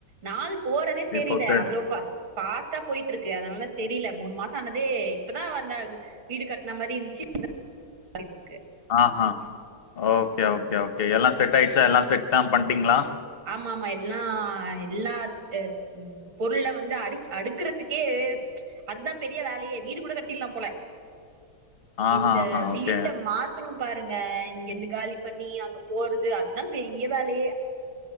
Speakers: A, on the right; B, on the left.
A: நாள் போறதே தெரியல
B: இப்போ சரி
A: அவ்வளோ பாஸ் பாஸ்ட்டா போயிட்டு இருக்கு அதனால தெரியல மூணு மாசம் ஆனதே இப்பதா வந்த வீடு கட்டின மாரி இருந்துச்சு ந்துக்கு
B: ஆ ஹ ஓகே ஓகே ஓகே எல்லா செட் ஆயிடுச்சா எல்லா செட்ல்லா பண்ட்டீங்களா
A: ஆமா ஆமா எல்லா எல்லாத் பொருள்ல்லா வந்து அடு அடுக்கறதுக்கே அதுதா பெரிய வேலயே வீடு கூட கட்டிடலா போல
B: ஆஹா,
A: இந்த
B: ஆஹா.
A: வீட்ட
B: ஓகே.
A: மாத் த்திரோ பாருங்க இங்கந்து காலி பண்ணி அங்க போறது அதா பெரிய வேலையே